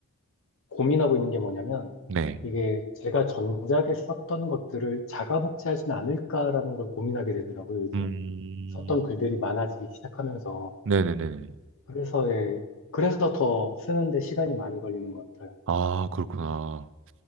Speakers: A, on the left (about 60°); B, on the right (about 60°).
A: 고민하고 있는 게 뭐냐면,
B: 네.
A: 이게 제가 전작에 썼던 것들을 자가 복제하진 않을까라는 걸 고민하게 되더라고요, 이제.
B: 음,
A: 썼던 글들이 많아지기 시작하면서.
B: 네네네.
A: 그래서, 예, 그래서 더 쓰는데 시간이 많이 걸리는 것 같아요.
B: 아, 그렇구나.